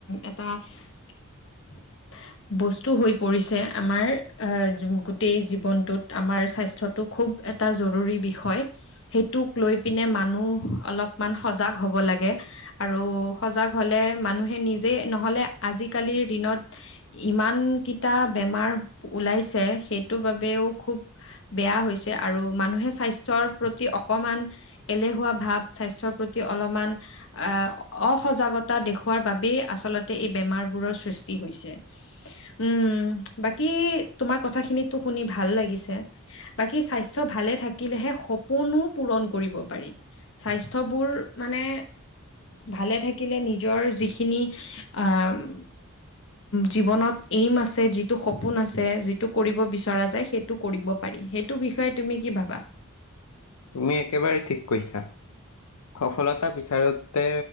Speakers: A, on the left (about 60°); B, on the left (about 85°).
A: এটা <unintelligible> বস্তু হৈ পৰিছে আমাৰ আহ গোটেই জীৱনটোত আমাৰ স্বাস্থ্যটো খুব এটা জৰুৰী বিষয় সেইটোক লৈ পিনে মানুহ অলপমান সজাগ হ'ব লাগে আৰু সজাগ হ'লে মানুহে নিজেই নহলে আজিকালিৰ দিনত ইমানকেইটা বেমাৰ ওলাইছে সেইটোৰ বাবেও খুব বেয়া হৈছে আৰু মানুহে স্বাস্থ্যৰ প্ৰতি অকমান এলেহুৱা ভাৱ স্বাস্থ্যৰ প্ৰতি অলপমান আহ অসজাগতা দেখওঁৱাৰ বাবেই আচলতে এই বেমাৰবোৰৰ সৃষ্টি হৈছে উম বাকী তোমাৰ কথা খিনিতো শুনি ভাল লাগিছে বাকী স্বাস্থ্য ভালে থাকিলেহে সপোনো পূৰণ কৰিব পাৰি স্বাস্থ্যবোৰ মানে ভালে থাকিলে নিজৰ যিখিনি আহ জীৱনত এইম আছে, যিটো সপোন আছে, যিটো কৰিব বিচৰা যায়, সেই টো কৰিব পাৰি সেইটো বিষয়ে তুমি কি ভাবা
B: তুমি একেবাৰে ঠিক কৈছা সফলতা বিচাৰোতে